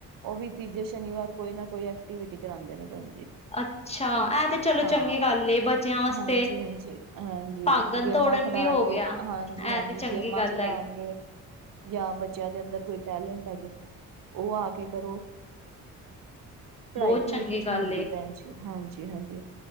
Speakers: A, on the right (about 65°); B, on the left (about 15°).
A: ਉਹ ਵੀ ਤੀਜੇ ਸ਼ਨੀਵਾਰ ਕੋਈ ਨਾ ਕੋਈ ਐਕਟੀਵਿਟੀ ਕਰਾਉਂਦੇ ਨੇ ਪਰਮ ਜੀ
B: ਅੱਛਾ ਇਹ ਤੇ ਚਲੋ
A: ਹਾਂ
B: ਚੰਗੀ ਗੱਲ ਏ ਬੱਚਿਆਂ ਵਾਸਤੇ
A: ਹਾਂਜੀ ਹਾਂਜੀ ਹਾਂਜੀ
B: ਭਾਗਣ
A: ਗੇਮਾਂ
B: ਤੋੜਨ
A: ਖਿਡਾਣਗੇ
B: ਵੀ ਹੋ ਗਿਆ।
A: ਹਾਂਜੀ ਹਾਂਜੀ
B: ਐ ਤੇ ਚੰਗੀ
A: ਗੇਮਾਂ
B: ਗੱਲ
A: ਖਿਡਾਉਣ
B: ਹੈਗੀ
A: ਜਾਂ ਬੱਚਿਆਂ ਦੇ ਅੰਦਰ ਕੋਈ ਟੈਲੈਂਟ ਹੈਗਾ ਉਹ ਆ ਕੇ ਕਰੋ ਪੜ੍ਹਾਈ
B: ਬਹੁਤ
A: ਪੂਰੀ
B: ਚੰਗੀ
A: ਕੁਛ
B: ਗੱਲ
A: ਨਹੀਂ ਆਉਂਦੀ
B: ਏ।
A: ਭੈਣ ਜੀ ਹਾਂਜੀ ਹਾਂਜੀ